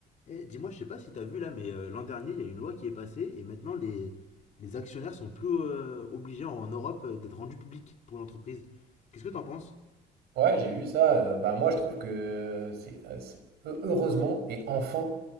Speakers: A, on the left; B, on the right.
A: Eh, dis-moi, je sais pas si t'as vu là, mais euh, l'an dernier, il y a une loi qui est passée et maintenant les, les actionnaires sont plus euh, obligés en Europe euh, d'être rendus publics pour l'entreprise. Qu'est-ce que t'en penses?
B: Ouais, j'ai vu ça. euh, bah moi, je trouve que c'est euh, c'est- heu- heureusement et enfin